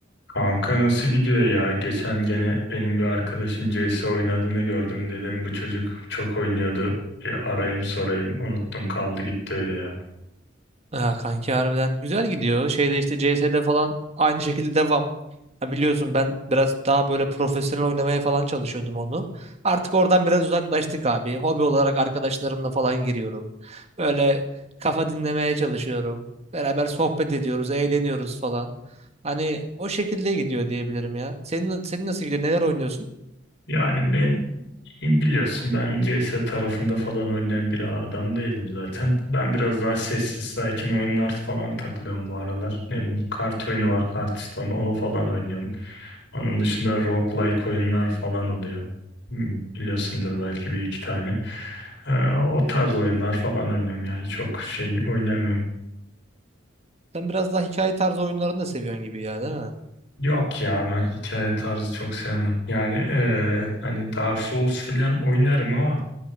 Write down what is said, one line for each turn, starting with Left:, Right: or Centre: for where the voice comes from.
Left: Kanka nasıl gidiyor ya? Geçen gene benim bir arkadaşın CS oynadığını gördüm dedim. Bu çocuk çok oynuyordu. Bir arayayım sorayım. Unuttum kaldı gitti öyle ya.
Right: Ha, kanki harbiden güzel gidiyor. Şeyde işte CS'de falan aynı şekilde devam. Ha, biliyorsun ben biraz daha böyle profesyonel oynamaya falan çalışıyordum onu. Artık oradan biraz uzaklaştık abi. Hobi olarak arkadaşlarımla falan giriyorum. Böyle kafa dinlemeye çalışıyorum. Beraber sohbet ediyoruz, eğleniyoruz falan. Hani o şekilde gidiyor diyebilirim ya. Senin, senin nasıl gidiyor? Neler oynuyorsun?
Left: Yani ben biliyorsun ben CS tarafında falan oynayan bir adam değilim zaten. Ben biraz daha sessiz sakin oyunlar falan takılıyorum bu aralar. Ne bileyim kart oyunu var Hearthstone onu falan oynuyorum. Onun dışında roguelike oyunlar falan oluyor. Hmm, Biliyorsundur belki bir iki tane. Ee, o tarz oyunlar falan oynuyorum yani çok şey oynamıyorum.
Right: Sen biraz daha hikaye tarzı oyunlarını da seviyorsun gibi ya, değil mi?
Left: Yok ya ben hikaye tarzı çok sevmem. Yani eee, hani Dark Souls falan oynarım ama